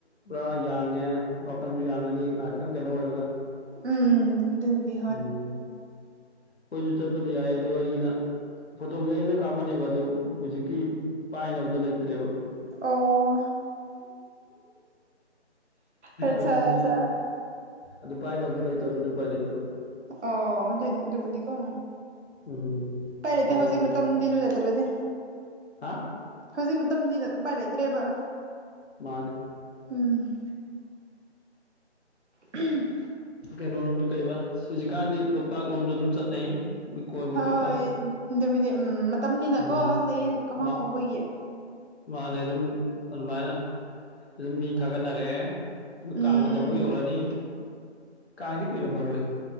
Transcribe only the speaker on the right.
ꯎꯝ ꯎꯝ ꯗꯨꯕꯨꯗꯤ
ꯑꯣ ꯑꯠꯆꯥ
ꯑꯠꯆꯥ
ꯑꯣ ꯗꯨꯏ ꯗꯨꯕꯨꯗꯤꯀꯣ
ꯄꯔꯗꯤ
ꯍꯧꯖꯤꯛ ꯃꯇꯝꯗꯤ ꯏꯔꯨꯖꯗꯔꯗꯤ
ꯍꯧꯖꯤꯛ ꯃꯇꯝꯗꯤꯅ ꯎꯄꯥꯏ ꯂꯩꯇ꯭ꯔꯦꯕ
ꯎꯝ <unintelligible>
ꯍꯣꯏ
ꯑꯗꯨꯕꯨꯗꯤ ꯎꯝ ꯃꯇꯝꯅꯤꯅꯀꯣ
ꯂꯩꯌꯦ ꯀꯃꯥ
ꯍꯧꯕꯒꯤ
ꯎꯝ
ꯎꯝ